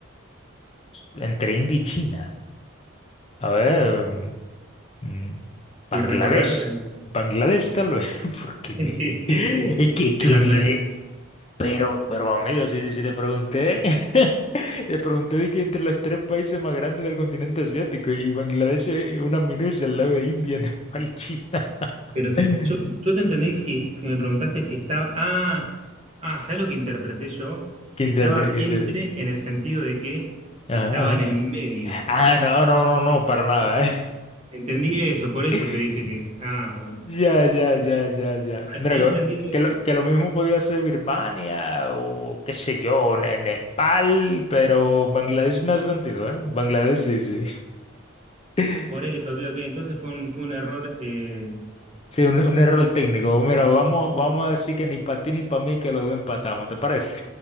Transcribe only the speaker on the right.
Y
recordá lo del-
<laughs>
de
Bangladesh.
Pero si-
yo, yo te entendí si, si me preguntaste si estaba. Ah, ah, ¿sabes lo que interpreté yo?
Si
estaba
entre,
en el sentido de que
estaba
en el medio.
Entendí eso, por eso
te dije que. Ah, bueno.
Ah,
Te había
entendido eso.
Por eso, ok, ok. Entonces fue un, fue un error, eh,